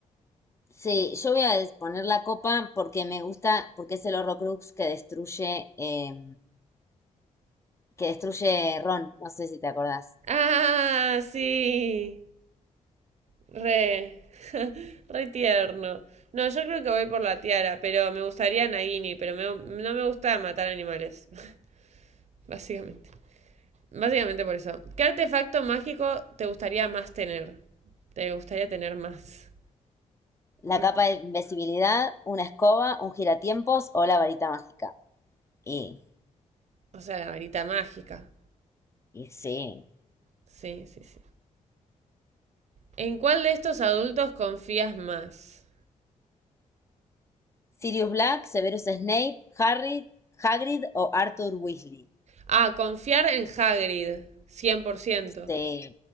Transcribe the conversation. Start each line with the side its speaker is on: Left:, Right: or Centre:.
Left: Sí, yo voy a des- poner la copa porque me gusta, porque es el Horrocrux que destruye, eh, que destruye Ron. No sé si te acordás.
Right: Ah, sí. Re, <laughs> re tierno. No, yo creo que voy por la tiara, pero me gustaría Nagini, pero me- no me gusta matar animales, <laughs> básicamente. Básicamente por eso. ¿Qué artefacto mágico te gustaría más tener? Te gustaría tener más.
Left: La
Right: Mm,
Left: capa de invisibilidad, una escoba, un giratiempos o la varita mágica. Y,
Right: O sea, la varita mágica.
Left: y sí.
Right: Sí, sí, sí. ¿En cuál de estos adultos confías más?
Left: Sirius Black, Severus Snape, Harry, Hagrid o Arthur Weasley.
Right: Ah, confiar en Hagrid, cien por ciento
Left: Sí,